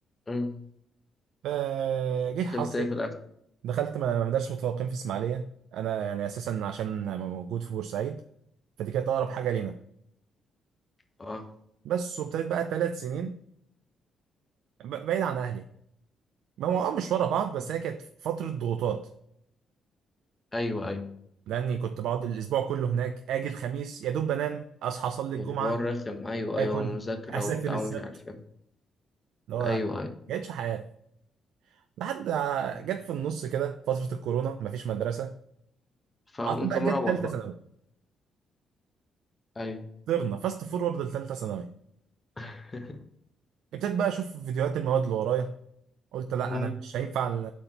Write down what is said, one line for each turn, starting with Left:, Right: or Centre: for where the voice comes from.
Left: امم
Right: فجه حظي
Left: دخلت ايه في الاخر
Right: دخلت ما مدارس متفوقين في اسماعيليه انا يعني اساسا عشان موجود في بورسعيد فدي كانت اقرب حاجه لينا
Left: اه
Right: بس وابتديت بقى ثلاث سنين ب- بعيد عن اهلي ما هو اه مش ورا بعض بس
Left: مم.
Right: هي كانت فتره ضغوطات
Left: ايوه ايوه
Right: لاني كنت بقعد الاسبوع كله هناك اجي الخميس يا دوب بنام اصحى اصلي الجمعه
Left: والحوار رخم ايوه
Right: اكل
Left: ايوه مذاكره
Right: اسافر
Left: وبتاع
Right: السبت
Left: ومش عارف ايه
Right: اللي هو
Left: ايوه
Right: ما
Left: ايوه
Right: كانتش حياه لحد ع-
Left: مم.
Right: جت في النص كده فترة الكورونا مفيش مدرسة
Left: فقمت
Right: قعدت بقى
Left: مروح
Right: جت تالتة
Left: بقى
Right: ثانوي
Left: ايوه
Right: طرنا فاست فورورد لتالتة ثانوي
Left: <laughs>
Right: ابتديت بقى أشوف فيديوهات المواد اللي ورايا قلت لا
Left: مم.
Right: أنا مش هينفع ال-